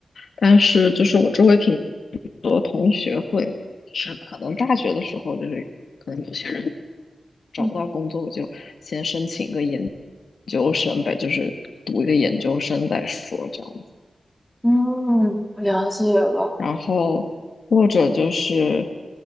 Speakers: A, on the left (about 75°); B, in the centre.
A: 但是就是我周围挺多同学会，是可能大学的时候就是可能有些人找不到工作，
B: 嗯
A: 我就先申请个研究生呗，就是读一个研究生再说这样。
B: 嗯，了解了。
A: 然后或者就是